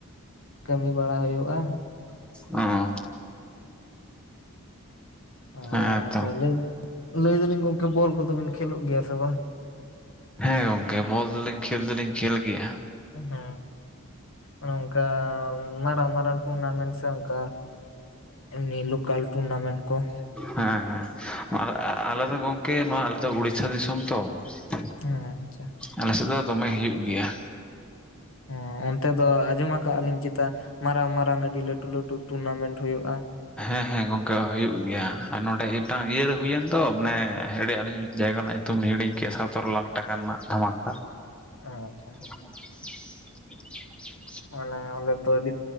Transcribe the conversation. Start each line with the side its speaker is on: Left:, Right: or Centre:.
Left: ᱠᱟᱹᱢᱤ ᱵᱟᱲᱟ ᱦᱩᱭᱩᱜᱼᱟ᱾
Centre: ᱚ
Left: ᱟᱨ
Centre: ᱦᱮᱸ ᱛᱚ
Left: ᱛᱟᱦᱚᱞᱮ ᱞᱟᱹᱭ ᱫᱟᱞᱤᱧ ᱜᱚᱝᱠᱮ ᱵᱚᱞ ᱠᱚᱫᱚ ᱵᱤᱱ ᱠᱷᱮᱞᱳᱜ ᱜᱮᱭᱟ ᱥᱮ ᱵᱟᱝ
Centre: ᱦᱮᱸ ᱜᱚᱢᱠᱮ ᱵᱚᱞ ᱫᱚᱞᱤᱧ ᱠᱷᱮᱹᱞ ᱫᱚᱞᱤᱧ ᱠᱷᱮᱹᱞ ᱜᱮᱭᱟ᱾
Left: ᱦᱩᱸ, ᱚᱱᱟ ᱚᱱᱮ ᱚᱱᱠᱟ ᱢᱟᱨᱟᱝ ᱢᱟᱨᱟᱝ ᱴᱩᱨᱱᱟᱢᱮᱱᱴ ᱥᱮ ᱚᱱᱠᱟ, ᱮᱢᱱᱤ ᱞᱳᱠᱟᱞ ᱴᱩᱨᱱᱟᱢᱮᱱᱴ ᱠᱚ ᱾
Centre: ᱦᱮᱸ ᱦᱮᱸ ᱟᱞᱮ ᱫᱚ ᱜᱚᱝᱠᱮ ᱱᱚᱣᱟ ᱟᱞᱮ ᱫᱚ ᱩᱲᱤᱥᱥᱟ ᱫᱤᱥᱚᱢ ᱛᱚ ᱾
Left: ᱚ ᱟᱪᱪᱷᱟ
Centre: ᱟᱞᱮ ᱥᱮᱫ ᱫᱚ ᱫᱚᱢᱮ ᱦᱩᱭᱩᱜ ᱜᱮᱭᱟ ᱾
Left: ᱦᱩᱸ ᱚᱱᱛᱮ ᱫᱚ ᱟᱸᱡᱚᱢ ᱟᱠᱟᱫ ᱟᱞᱤᱧ ᱪᱮᱛᱟ ᱢᱟᱨᱟᱝ ᱢᱟᱨᱟᱝ ᱟᱰᱤ ᱞᱟᱹᱴᱩ ᱞᱟᱹᱴᱩ ᱴᱩᱨᱱᱟᱢᱮᱱᱴ ᱦᱩᱭᱩᱜᱼᱟ ᱾
Centre: ᱦᱮᱸ ᱦᱮᱸ ᱜᱚᱝᱠᱮ ᱦᱩᱭᱩᱜ ᱜᱮᱭᱟ ᱾ ᱟᱨ ᱱᱚᱰᱮ ᱴᱟᱝ ᱤᱭᱟᱹᱨᱮ ᱦᱩᱭᱮᱱ ᱫᱚ ᱢᱟᱱᱮ ᱦᱤᱲᱤᱧ ᱮᱫᱟᱞᱤᱧ ᱡᱟᱭᱜᱟ ᱨᱮᱱᱟᱜ ᱧᱩᱛᱩᱢ ᱞᱤᱧ ᱦᱤᱲᱤᱧ ᱠᱮᱜᱼᱟ ᱥᱚᱛᱨᱚ ᱞᱟᱠᱷ ᱴᱟᱠᱟ ᱨᱮᱱᱟᱜ ᱫᱷᱟᱢᱟ <unintelligible>
Left: ᱚ ᱟᱪᱪᱷᱟ
Centre: <unintelligible>
Left: ᱢᱟᱱᱮ ᱚᱰᱮ ᱫᱚ ᱟᱹᱰᱤ